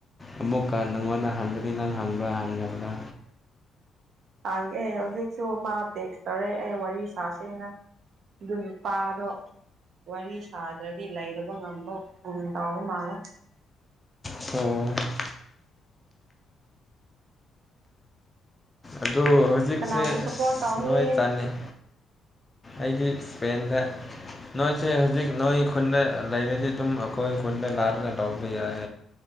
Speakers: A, on the left (about 15°); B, on the right (about 70°).
A: ꯑꯃꯨꯛꯀ ꯅꯪꯉꯣꯟꯗ ꯍꯪꯉꯗꯤ ꯅꯪ ꯍꯪꯕ꯭ꯔꯥ ꯍꯪꯗꯕ꯭ꯔꯥ
B: ꯍꯥꯡꯑꯦ ꯍꯧꯖꯤꯛꯁꯨ ꯃꯥ ꯇꯦꯛꯁ ꯇꯧꯔꯛꯑꯦ ꯑꯩ ꯋꯥꯔꯤ ꯁꯥꯁꯦꯅ ꯑꯗꯨ ꯅꯨꯄꯥꯗꯣ ꯋꯥꯔꯤ ꯁꯥꯗ꯭ꯔꯗꯤ ꯂꯩꯔꯕ ꯉꯝꯗꯕ ꯒꯨꯝ ꯇꯥꯎꯕ ꯃꯥꯜꯂꯦ
A: <unintelligible> ꯑꯗꯨ ꯍꯧꯖꯤꯛꯁꯦ
B: ꯀꯅꯥꯕꯨ ꯁꯞꯄꯣꯔꯠ
A: ꯑꯁ
B: ꯇꯧꯅꯤ
A: ꯅꯣꯏ ꯇꯥꯅꯩ ꯑꯩꯗꯤ ꯏꯁꯄꯦꯟꯗ ꯅꯣꯏꯁꯦ ꯍꯧꯖꯤꯛ ꯅꯣꯏ ꯈꯨꯟꯗ ꯂꯩꯔꯗꯤ ꯑꯗꯨꯝ ꯑꯩꯈꯣꯏ ꯈꯨꯟꯗ ꯂꯥꯂꯒ ꯂꯧꯕ ꯌꯥꯏ